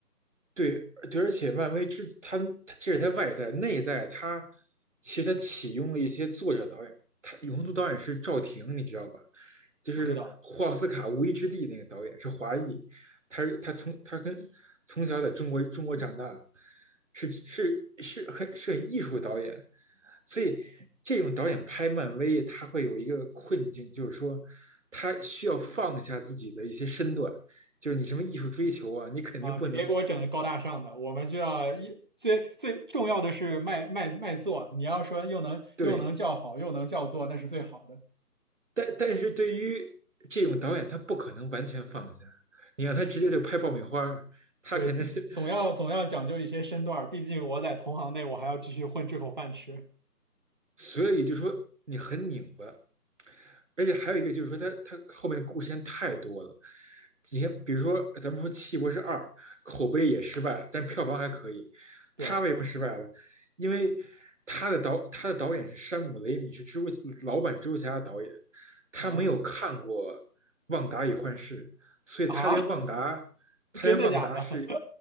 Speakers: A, on the right; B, on the right.
A: 对，对，而且漫威之他他这是他外在，内在他其实他启用了一些作者导演，他永恒族导演是赵婷，你知道吧？就是霍奥斯卡《无依之地》那个导演是华裔，
B: 不知道
A: 他是他从他跟从小在中国中国长大，是是是很是很艺术导演，所以这种导演拍漫威，他会有一个困境，就是说他需要放下自己的一些身段，就是你什么艺术追求啊，你肯定不能
B: 啊，你别给我整的高大上的，我们就要一最最重要的是卖卖卖座。你要说又能又能叫好又能叫座，
A: 对，
B: 那是最好的。
A: 但但是对于这种导演，他不可能完全放下。你让他直接就拍爆米花，
B: 是
A: 他肯定是
B: 对，这总要总要讲究一些身段儿，毕竟我在同行内，我还要继续混这口饭吃。
A: 所以就说你很拧巴，而且还有一个就是说它，它后面故事线太多了。你看，比如说咱们说《奇异博士二》，口碑也失败了，但票房还可以。
B: 对，
A: 他为什么失败了？因为他的导他的导演是山姆雷米，是蜘蛛老版蜘蛛侠的导演，他没有看过
B: 啊
A: 《旺达与幻视》，所以他连旺达，
B: 啊，
A: 他连旺达是，
B: <laughs> 真的假的？